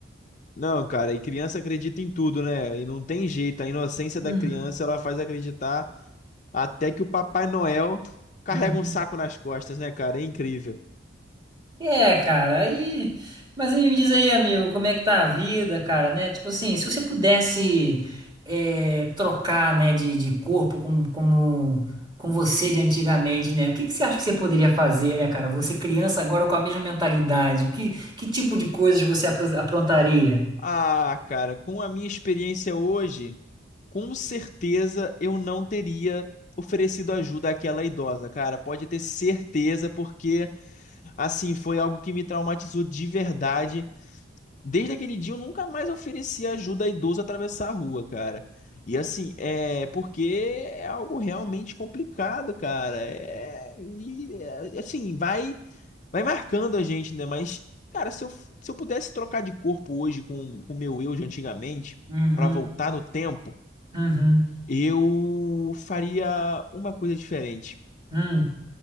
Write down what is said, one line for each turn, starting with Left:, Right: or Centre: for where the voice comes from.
Left: Não, cara, e criança acredita em tudo, né? E não tem jeito, a inocência
Right: Uhum,
Left: da criança ela faz acreditar Até que o Papai Noel carrega
Right: uhum.
Left: um saco nas costas, né, cara? É incrível.
Right: É, cara, aí. Mas aí me diz aí, amigo, como é que tá a vida, cara, né? Tipo assim, se você pudesse é, trocar, né, de, de corpo com, como, com você de antigamente, né? O que que você acha que você poderia fazer, né, cara? Você criança agora com a mesma mentalidade. Que, que tipo de coisas você apro- aprontaria?
Left: Ah, cara, com a minha experiência hoje, com certeza eu não teria oferecido ajuda àquela idosa, cara. Pode ter certeza, porque assim foi algo que me traumatizou de verdade. Desde aquele dia eu nunca mais ofereci ajuda a idoso a atravessar a rua, cara. E assim, é porque é algo realmente complicado, cara. É, e, é, assim, vai vai marcando a gente, né? Mas, cara, se eu, se eu pudesse trocar de corpo hoje com com o meu eu de antigamente,
Right: Uhum,
Left: pra voltar no tempo,
Right: uhum,
Left: eu faria uma coisa diferente.
Right: uhum,